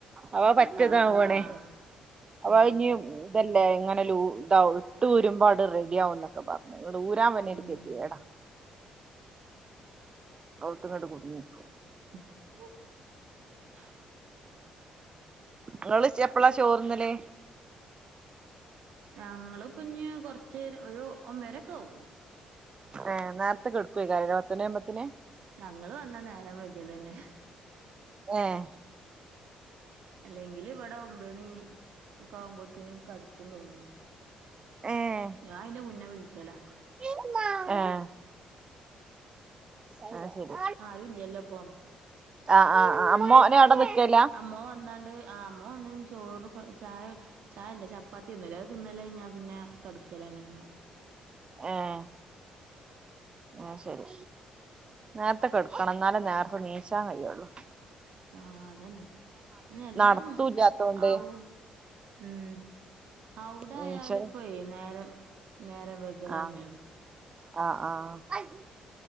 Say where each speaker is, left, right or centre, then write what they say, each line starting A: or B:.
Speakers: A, on the right (about 35°); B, on the right (about 70°).
A: അവ പറ്റതാവാണേ
B: ആഹ് ആഹ് ആഹ്
A: അപ്പ
B: ഉം
A: അവ ഇഞ്ഞ് ഇപ്പല്ലേ ഇങ്ങനെ ലൂ ഇതാവും ഇട്ട് ഊരുമ്പോ അവ്ടെ റെഡിയാവുംന്നൊക്കെ പറഞ്ഞ്, ഇങ്ങട്ട് ഊരാൻപിന്നങ്ങട്ട്
B: ഉം
A: കേതെടാ കവുത്തങ്ങട്ട് കുടുങ്ങും
B: <inaudible>
A: ഇങ്ങള് ഇജപ്പളാ ചോറ്ന്നല്
B: ഞങ്ങള്പ്പഞ്ഞ് കൊറച്ച് ഒരു ഒമ്പെരെക്കാവും
A: ഏഹ്, നേര്ത്തെെ കെടുക്കെകാരംലെ പത്തണിയാവുമ്പോത്തിന്
B: ഞങ്ങള് വന്നാ നേരം വൈകലന്നെ
A: ഏഹ്
B: അല്ലെങ്കില് ഇവടെ ഒമ്പണി ഒക്കാവുമ്പോത്ത്ന് കട്ക്കും തോന്ന്ണ്.
A: ഏഹ്
B: ഞാൻ അയിന്റെ മുന്നെ വിൾച്ചലാ
A: <inaudible> ആഹ് അത് ശെരി.
B: ആരുല്ലല്ലോ ഇപ്പം
A: ആഹ്, ആഹ്, ആഹ് അമ്മോനും അവ്ടെ നിക്കേല്ല
B: അമ്മോൻ വന്നാണ്ട് ആഹ്, അമ്മോൻ വന്നാ ചോറൊക്കെ ചായ ചായല്ല ചപ്പാത്തിയാ തിന്നല് അത് തിന്നലയിഞ്ഞാൽ പിന്നെ കട്ക്കലന്നെ ഇമ്മ
A: ഏഹ് അത് ശെരി. നേര്ത്തെ കെട്ക്കണം ഇന്നാലേ നേരത്തെ നീച്ചാൻ കയ്യൊള്ളൂ
B: ആഹ് അതന്നെ, അതിന് എല്ലാരും
A: നടത്തൂല്ലാത്തോണ്ട്
B: അവു ഹ്മ്മ്, അവുടായാലിപ്പെ
A: നീച്ചല്
B: നേരം നേരം വെകലന്നെണ്.
A: ആഹ് ആഹ്, ആഹ് അത്